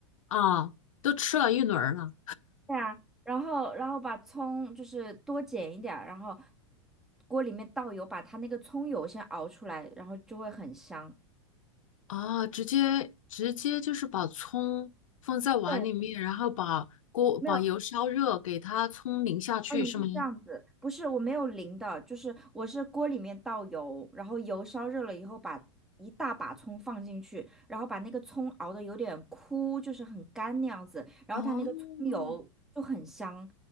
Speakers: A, on the left; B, in the centre.
A: 啊，都吃了一轮儿了
B: 对啊，然后然后把葱就是多剪一点儿然后锅里面倒油，把它那个葱油先熬出来，然后就会很香。
A: 啊，直接直接就是把葱放在碗里面，
B: 对，
A: 然后把锅把油烧热，
B: 没有。
A: 给它葱淋下去，
B: 哦，你是这样子，
A: 是吗？
B: 不是，我没有淋的，就是我是锅里面倒油，然后油烧热了以后把一大把葱放进去，然后把那个葱熬的有点枯，就是很干那样子，然后它那个葱油就很香，
A: 哦